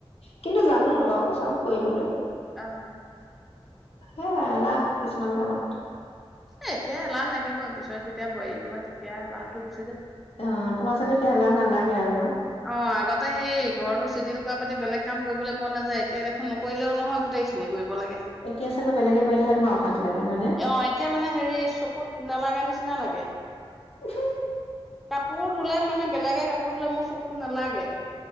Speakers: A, on the left; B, in the centre.
A: কিন্তু জানো বাৰু চব কৰিবলৈ
B: আহ
A: সে এলাহ কিছুমান কামত
B: এ এতিয়া লাহ লাগিব পিছত যেতিয়া বোৱাৰী হ'বা তেতিয়া লাহটো গু
A: অ তোমাৰ চাগে এলাহ নালাগে। কে আৰু ন
B: অ আগতে সেই ঘৰৰতটো চিডিল কোৱা পাতি বেলেগ কাম কৰিবলৈ মন নাযায় এতিয়া দেখোন নকৰিলেও নহয় গোটেইখিনি কৰিব। লাগে।
A: এতিয়া চাগে বেলেগে কৰিলে হয় তোমাৰ অশান্তি লাগে। হয় নে
B: অ এতিয়া মানে হেৰি চকুত নালাগা নিচিনা লাগে।
A: উহো।
B: কাপোৰ ধুলে মানে বেলেগে কাপোৰ ধুলে মোৰ চকুত নালাগে।